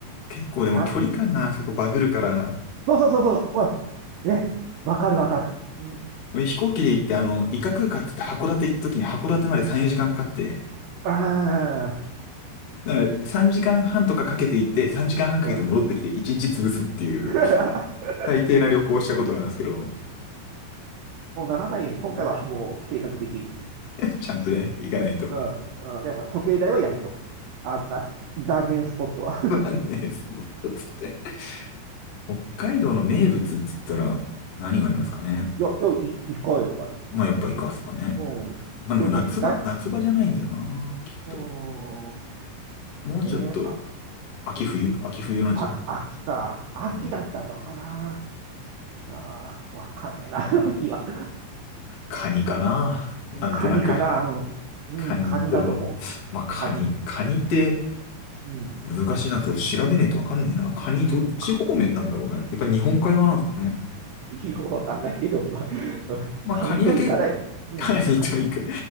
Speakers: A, on the left; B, on the right.
A: 結構でも距離感があそこバグるから、
B: でもな、そうそうそうそう。うん。ね。わかるわかる。うん。
A: 俺飛行機で行って、あの、伊賀空港っつって函館行った時に函館まで3、4時間かかって、
B: ああ、
A: だから3時間半とかかけて行って、3時間半かけて戻ってきて1日潰すっていう、
B: うん。<laughs>
A: 最低な旅行をしたことがあるんですけど、
B: そうならないように、
A: <laughs>
B: 今回はもう計画的に。
A: ちゃんとね、行かないと。
B: うん。うん、でも、時計台はやめよう。あんな、残念スポットは。
A: まあね、スポットつって。北海道の名物っつったら何がありますかね。
B: うん。よ、よ、い、行こう、やっぱり。
A: まあやっぱイカっすかね。
B: うん。
A: まあでも夏場、
B: でね、な、
A: 夏場じゃないんだよな、きっと。
B: うーん。
A: もうちょっと、
B: ねあ、
A: 秋冬秋冬なんじゃないかな。
B: あ、秋か。秋だったのかな。
A: うん。
B: ああ、わかんねえな、<laughs> 秋は。
A: カニかな、
B: うんカニかな。
A: なんとなく。
B: うん、
A: カニと、
B: うん、カニだと思う。
A: まあ、カニ。
B: カニ。
A: カニって
B: うん、
A: 難しいな。それ調べねえとわかんねえな。カニどっち方面なんだろうね。
B: うん、
A: やっぱ日本海側なんですかね。
B: <laughs> ようわかんないけど、まあ、<laughs>
A: まあ、
B: カニとイカだよ。
A: カニだけ、<laughs>
B: うん、
A: カニと行く。
B: カニと、